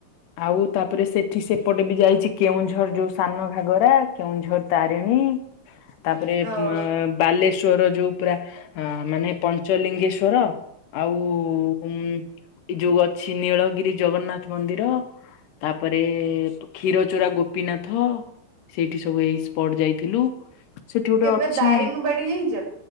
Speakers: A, on the left; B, on the right.
A: ଆଉ ତାପରେ ସେଠି ସେପଟେ ବି ଯାଇଛି କେଉଁଝର ଯୋଉ ସାନ ଘାଗରା କେଉଁଝର ତାରିଣୀ। ତାପରେ ଅ
B: ହଁ
A: ବାଲେଶ୍ଵର ଯୋଉ ପୁରା ଅଁ ମାନେ ପଞ୍ଚଲିଙ୍ଗେଶ୍ଵର। ଆଉ ଉଁ ଯୋଉ ଅଛି ନୀଳଗିରି ଜଗନ୍ନାଥ ମନ୍ଦିର। ତାପରେ କ୍ଷୀର ଚୋରା ଗୋପୀନାଥ ସେଇଠି ସବୁ ଏଇ ସ୍ପଟ ଯାଇଥିଲୁ। ସେଠି ଗୋଟେ
B: କେବେ
A: ଅଛି
B: ଦାରିଙ୍ଗବାଡି ଯାଇଛ?